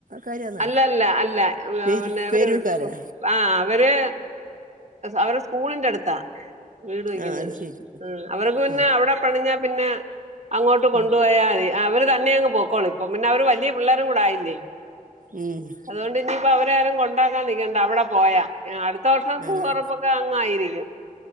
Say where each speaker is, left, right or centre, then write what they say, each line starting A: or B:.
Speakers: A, on the right; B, on the right.
A: കാരാന്നാ
B: അല്ല അല്ല അല്ല
A: പേര്
B: പിന്നെ അവരെടുത്ത
A: പേരൂക്കാരാ
B: ആ അവര് അവരെ സ്കൂളിന്റെ അടുത്താ വീട് വെക്കുന്നത്
A: ആഹ് അത് ശരി
B: അവർക്ക് പിന്നെ
A: ഉം
B: അവിടെ പണിഞ്ഞ പിന്നെ അങ്ങോട്ട് കൊണ്ടുപോയാൽ
A: ഉം
B: മതി അവര് തന്നെ പോക്കോളൂ ഇപ്പം പിന്നെ അവര് വലിയ പിള്ളോരും കൂടയില്ലേ
A: ഉം
B: അതുകൊണ്ട് ഇനിയിപ്പോ അവര ആരും കൊണ്ടാക്കാൻ നിൽക്കണ്ട അവിടെ പോയാ അടുത്ത വർഷം സ്കൂളുറപ്പൊക്കെ
A: ആഹ്
B: യിരിക്കും